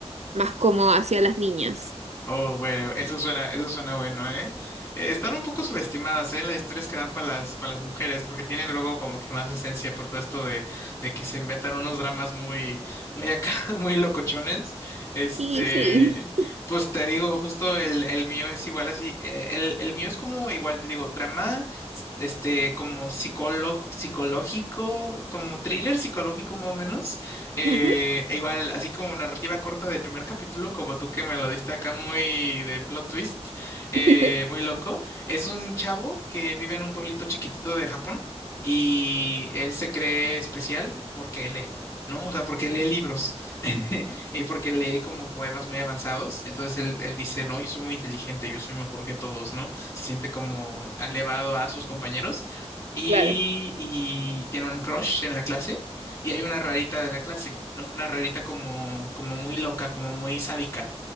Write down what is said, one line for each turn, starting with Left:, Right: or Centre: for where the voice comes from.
Right: más como hacia las niñas.
Left: Oh, güey, eso suena, eso suena bueno, ¿eh? Eh, Están un poco subestimadas, ¿eh? Las historias que dan para las, para las mujeres, porque tienen luego como que más esencia por todo esto de, de que se inventan unos dramas muy, muy acá, <laughs> muy locochones. Este,
Right: Y sí.
Left: pues te digo, justo el, el mío es igual así. eh, El, el mío es como igual, te digo, drama, s- este, como psicólogo, psicológico, como thriller psicológico más o menos eh,
Right: Ujú.
Left: e igual, así como narrativa corta del primer capítulo, como tú que me lo diste acá muy de plot twist, eh,
Right: <laughs>
Left: muy loco, es un chavo que vive en un pueblito chiquitito de Japón y él se cree especial porque lee. ¿no? O sea, porque lee libros <laughs> y porque lee como poemas muy avanzados. Entonces él, él dice, no, yo soy muy inteligente, yo soy mejor que todos, ¿no? Se siente como elevado a sus compañeros y,
Right: Claro.
Left: y tiene un crush en la clase y hay una rarita de la clase, ¿no? Una rarita como, como muy loca, como muy sádica.